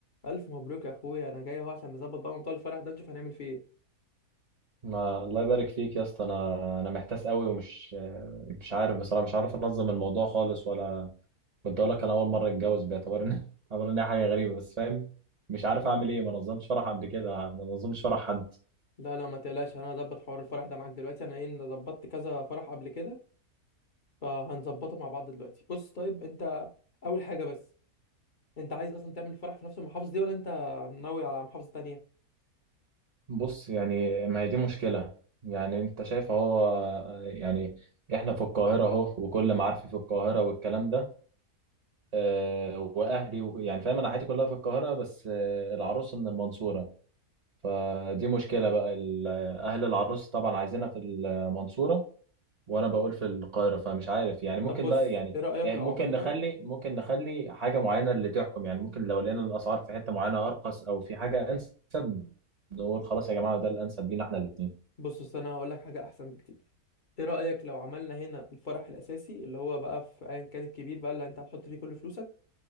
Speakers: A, on the left; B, on the right.
A: الف مبروك يا اخويا انا جاي اهو عشان نظبط بقى موضوع الفرح ده نشوف هنعمل فيه ايه
B: ما الله يبارك فيك يا اسطى انا انا محتاس قوي ومش مش عارف بصراحه مش عارف انظم الموضوع خالص ولا كنت اقول لك انا اول مره اتجوز باعتبار ان <laughs> باعتبار ان هي حاجه غريبه بس فاهم مش عارف اعمل ايه ما نظمتش فرح قبل كده ما نظمتش فرح حد
A: لا لا ما تقلقش انا هظبط حوار الفرح ده معاك دلوقتي انا ايه أنا ظبطت كذا فرح قبل كده فهنظبطه مع بعض دلوقتي بص طيب انت اول حاجه بس انت عايز اصلا تعمل فرح في نفس المحافظه دي ولا انت ناوي على محافظه تانية
B: بص يعني ما هي دي مشكله يعني انت شايف اهو يعني احنا في القاهره اهو وكل معارفي في القاهره والكلام ده آه، واهلي و- يعني فاهم انا حياتي كلها في القاهره بس آه، العروسه من المنصوره فدي مشكلة بقى ال- أهل العروس طبعا عايزينها في المنصورة وأنا بقول في القاهرة فمش عارف يعني ممكن
A: طب بص
B: بقى يعني
A: ايه رايك
B: يعني
A: لو
B: ممكن
A: عملنا
B: نخلي ممكن نخلي حاجة معينة اللي تحكم يعني ممكن لو لقينا الأسعار في حتة معينة أرخص أو في حاجة أنسب نقول خلاص يا جماعة ده الأنسب لينا إحنا الاتنين
A: بص بص انا هقول لك حاجه احسن بكتير ايه رايك لو عملنا هنا الفرح الاساسي اللي هو بقى في ايا كان الكبير بقى اللي انت هتحط فيه كل فلوسك